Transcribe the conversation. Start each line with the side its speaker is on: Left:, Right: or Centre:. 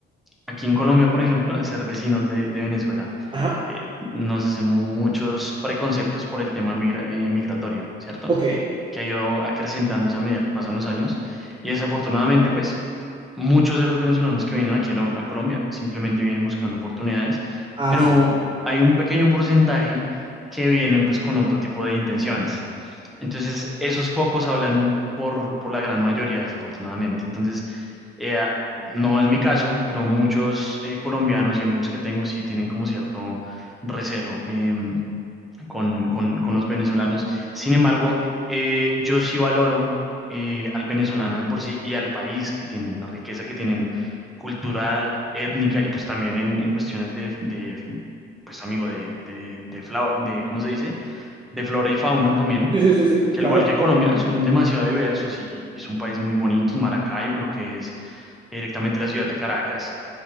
Centre: aquí en Colombia, por ejemplo, al ser vecinos de, de Venezuela,
Right: Ajá,
Centre: eh, nos hacemos muchos preconceptos por el tema migra- eh, migratorio, ¿cierto?
Right: ok.
Centre: que ha ido acrecentándose a medida que pasan los años. Y desafortunadamente, pues muchos de los venezolanos que vienen aquí a, lo- a Colombia simplemente vienen buscando oportunidades,
Right: Ah,
Centre: pero
Right: sí.
Centre: hay un pequeño porcentaje que vienen pues con otro tipo de intenciones. Entonces, esos pocos hablan por, por la gran mayoría, desafortunadamente. Entonces, eh, ah, no es mi caso, pero muchos eh, colombianos y amigos que tengo sí tienen como cierto recelo. eh, con, con- con los venezolanos. Sin embargo, eh, yo sí valoro eh, al venezolano de por sí y al país que tienen, la riqueza que tienen cultural, étnica y pues también en, en cuestiones de, de, pues amigo, de, de, de, flau- de, ¿cómo se dice? De flora y fauna también
Right: Sí, sí, sí, sí,
Centre: al
Right: claro.
Centre: igual que Colombia, son demasiado diversos y, y son países muy bonitos, Maracaibo, lo que es directamente la ciudad de Caracas.